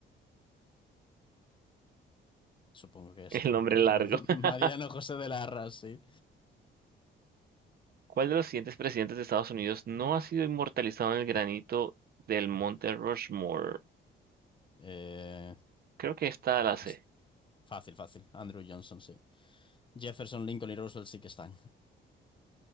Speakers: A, on the left; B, on the right.
A: Supongo
B: <laughs>
A: que este.
B: El nombre largo.
A: <laughs>
B: <laughs>
A: Mariano José de Larra, sí.
B: ¿Cuál de los siguientes presidentes de Estados Unidos no ha sido inmortalizado en el granito del Monte Rushmore?
A: Eh,
B: Creo que esta la C,
A: es fácil, fácil. Andrew Johnson, sí. Jefferson, Lincoln y Roosevelt sí que están.